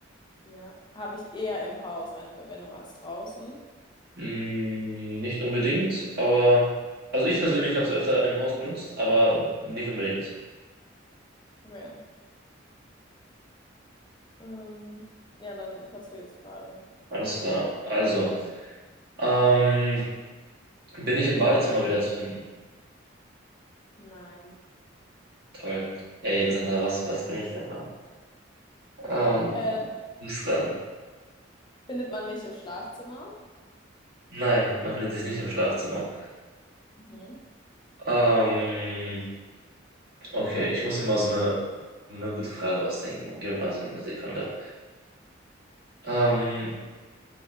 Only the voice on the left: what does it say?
ja. Habe ich eher im Haus eine Verwendung als draußen?
Okay. Ähm, ja, dann kannst du jetzt fragen.
Nein.
Äh,
findet man mich im Schlafzimmer?
Mhm.